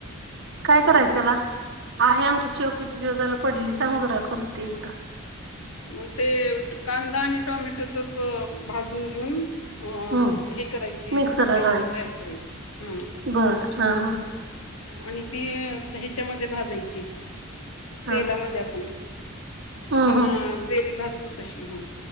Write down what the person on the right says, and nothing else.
काय
करायच त्याला आहे आमच्या शेव कीती दिवस झाल पडली सांग जरा करते एकदा
हम्म
मिक्सरला
लावायचं
बरं हा हा
हा
हा
हा